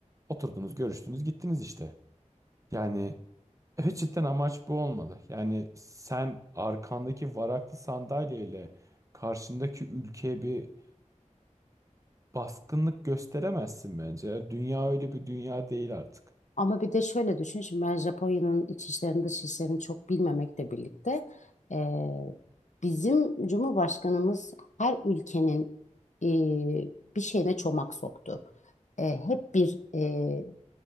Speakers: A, on the right; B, on the left.
A: Oturdunuz, görüştünüz, gittiniz işte. Yani evet cidden amaç bu olmalı. Yani sen arkandaki varaklı sandalyeyle karşındaki ülkeye bir baskınlık gösteremezsin bence. Yani Dünya öyle bir dünya değil artık.
B: Ama bir de şöyle düşün şimdi ben Japonya'nın iç işlerini dış işlerini çok bilmemekle birlikte eee, bizim Cumhurbaşkanımız her ülkenin eee, bir şeyine çomak soktu. Eee, hep bir eee,